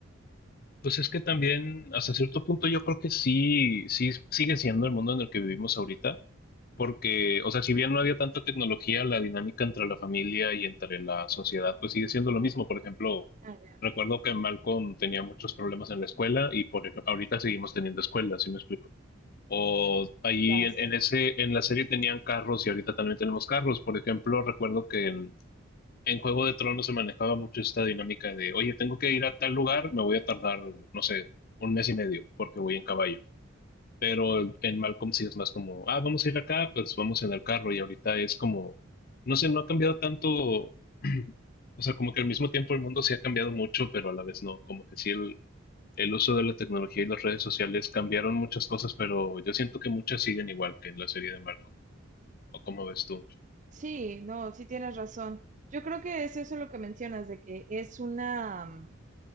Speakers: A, on the left; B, on the right.
A: Pues es que también, hasta cierto punto, yo creo que sí, sí sigue siendo el mundo en el que vivimos ahorita, porque, o sea, si bien no había tanta tecnología, la dinámica entre la familia y entre la sociedad, pues sigue siendo lo mismo. Por ejemplo,
B: Ah, ya.
A: recuerdo que Malcolm tenía muchos problemas en la escuela y por ejemplo, ahorita seguimos teniendo escuelas, ¿sí me explico? O ahí
B: Ya,
A: en,
B: sí.
A: en ese, en la serie tenían carros y ahorita también tenemos carros. Por ejemplo, recuerdo que en, en Juego de Tronos se manejaba mucho esta dinámica de, oye, tengo que ir a tal lugar, me voy a tardar, no sé, un mes y medio porque voy en caballo. Pero en Malcolm sí es más como, ah, vamos a ir acá, pues vamos en el carro. Y ahorita es como, no sé, no ha cambiado tanto. <clears throat> O sea, como que al mismo tiempo el mundo sí ha cambiado mucho, pero a la vez no. Como que sí el, el uso de la tecnología y las redes sociales cambiaron muchas cosas, pero yo siento que muchas siguen igual que en la serie de Malcolm. ¿O cómo ves tú?
B: Sí, no, sí tienes razón. Yo creo que es eso lo que mencionas, de que es una,